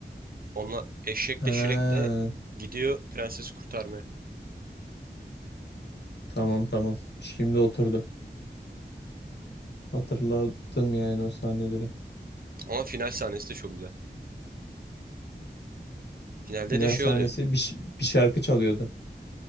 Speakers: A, on the right; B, on the left.
A: Onunla eşek
B: Ha,
A: de Şirek de gidiyor prensesi kurtarmaya.
B: tamam tamam. Şimdi oturdu. Hatırladım yani o sahneleri.
A: Ama final sahnesi de çok güzel. Finalde
B: Final
A: de şey
B: sahnesi
A: oluyor.
B: bir, ş- bir şarkı çalıyordu.